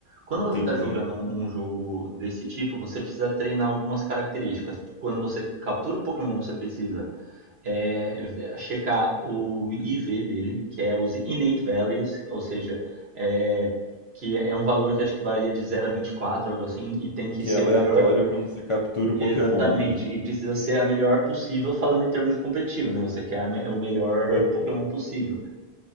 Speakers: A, on the right; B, on the left.
A: Quando
B: entendi.
A: você está jogando um um jogo desse tipo, você precisa treinar algumas características. Quando você captura o Pokémon, você precisa é, ve- checar o IV dele, que é os innate values, ou seja, é, que é um valor que acho que varia de zero a 24, algo assim, e tem que
B: Que
A: ser
B: é aleatório
A: o melhor
B: quando você captura o
A: Exatamente,
B: Pokémon. né?
A: e precisa ser a melhor possível falando em termos de competitivo, né? Você quer a me- o melhor
B: Ah,
A: Pokémon possível.